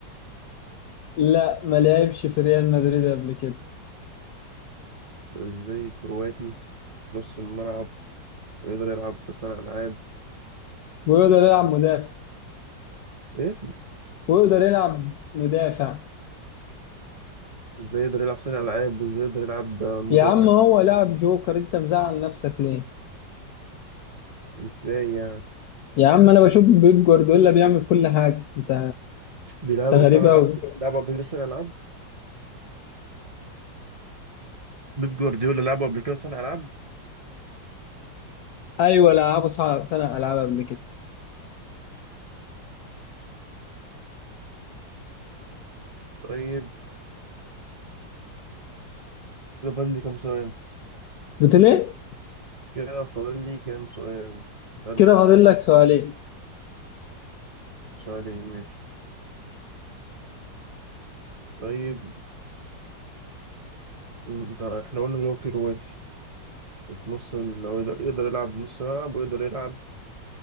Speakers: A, on the left; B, on the right.
A: لا ما لعبش في ريال مدريد قبل كده
B: طب ازاي كرواتي نص الملعب ويقدر يلعب صانع ألعاب
A: ويقدر يلعب مدافع
B: ايه
A: ويقدر يلعب مدافع
B: ازاي يقدر يلعب صانع ألعاب وازاي يقدر يلعب مدافع
A: يا عم هو لاعب جوكر انت مزعل نفسك ليه
B: ازاي يعني
A: يا عم انا بشوف بيب جوارديولا بيعمل كل حاجة انت
B: بيلعبوا
A: انت غريب
B: صانع ألعاب
A: قوي
B: لعبوا قبل كده صانع ألعاب بيب جوارديولا لعبوا قبل كده صانع ألعاب
A: ايوه العاب صعب سنه العاب قبل كده
B: طيب كده فاضل لي كام سؤال
A: بتقول ايه
B: كده فاضل لي كام سؤال اسأله
A: كده فاضل لك سؤالين
B: سؤالين ماشي طيب انت احنا قلنا اللي هو كرواتي وفي نص ال- هو يقدر يقدر يلعب نص ملعب ويقدر يلعب